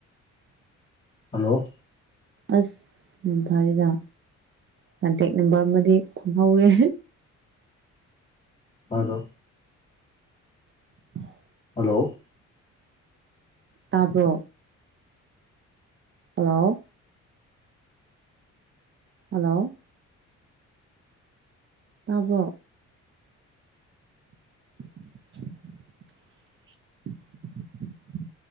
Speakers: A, on the left; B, on the right.
A: ꯍꯜꯂꯣ
B: ꯑꯁ ꯝꯐꯔꯒ ꯀꯟꯇꯦꯛ ꯅꯝꯕꯔ ꯑꯃꯗꯤ ꯐꯪꯍꯧꯔꯦ
A: ꯃꯣꯏꯗ
B: <inaudible>
A: ꯍꯜꯂꯣ
B: ꯇꯥꯕꯣ ꯍꯂꯑꯣ ꯍꯜꯂꯣ ꯇꯥꯕꯣ <inaudible>